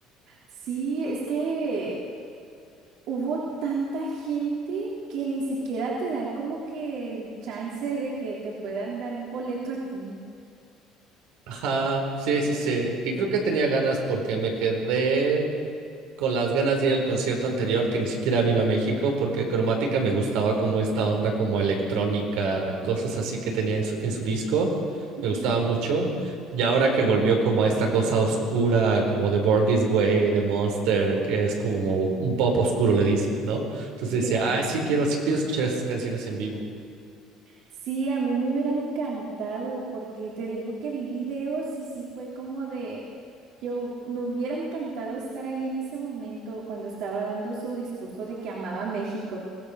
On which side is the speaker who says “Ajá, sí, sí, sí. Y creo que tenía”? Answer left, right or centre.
Right